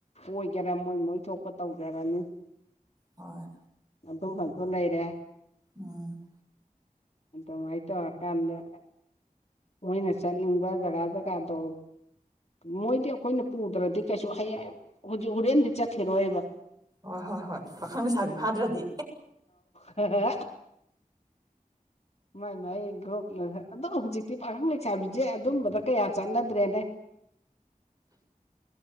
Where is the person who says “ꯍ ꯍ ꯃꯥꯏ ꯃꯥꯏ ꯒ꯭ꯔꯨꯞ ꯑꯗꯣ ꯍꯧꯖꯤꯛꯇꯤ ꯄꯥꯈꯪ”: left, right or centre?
Left